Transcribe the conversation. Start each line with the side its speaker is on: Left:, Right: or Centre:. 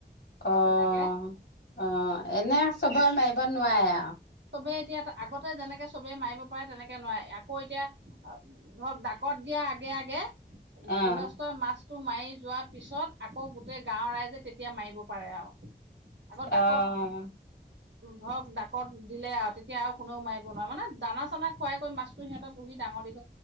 Left: অঅঅ
Right: তেনেকে
Left: অঅ। এনে চবৰে মাৰিব নোৱাৰে আৰু?
Right: চবেই এতিয়া আগতে যেনেকৈ চবেই মাৰিব পাৰে তেনেকৈ নোৱাৰে, আকৌ এতিয়া ধৰক ডাকত দিয়াৰ আগে আগে-
Left: অ'।
Right: গৃহস্থই মাছ- টো মাৰি যোৱাৰ পিছত, আকৌ গোটেই গাঁওৰ ৰাইজে তেতিয়া মাৰিব পাৰে আৰু। আকৌ
Left: অ'।
Right: ডাকত- ধৰক ডাকত- দিলে আৰু, তেতিয়া আৰু কোনেও মাৰিব নোৱাৰে, মানে দানা-চানা খুৱাই কৈ মাছটো সিহঁতে পুহি ডাঙৰ দী-